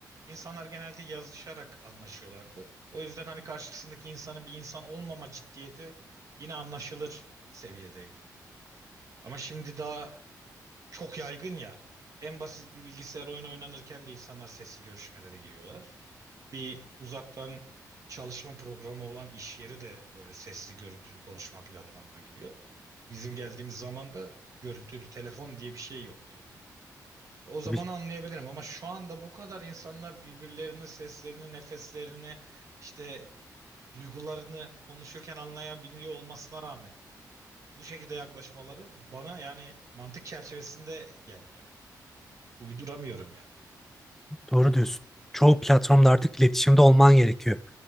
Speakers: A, on the right; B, in the centre.
A: İnsanlar genelde yazışarak anlaşıyorlardı. O yüzden hani karşısındaki insanın bir insan olmama ciddiyeti yine anlaşılır seviyedeydi. Ama şimdi daha çok yaygın ya. En basit bir bilgisayar oyunu oynanırken de insanlar sesli görüşmelere giriyorlar. Bir uzaktan çalışma programı olan iş yeri de böyle sesli görüntülü konuşma platformuna giriyor. Bizim geldiğimiz zaman da görüntülü telefon diye bir şey yoktu yani. O zaman
B: Tabii,
A: anlayabilirim ama şu anda bu kadar insanlar birbirlerinin seslerini, nefeslerini, işte duygularını konuşurken anlayabiliyor olmasına rağmen bu şekilde yaklaşmaları bana yani mantık çerçevesinde gelmiyor. Uyduramıyorum yani.
B: doğru diyorsun. Çoğu platformda artık iletişimde olman gerekiyor.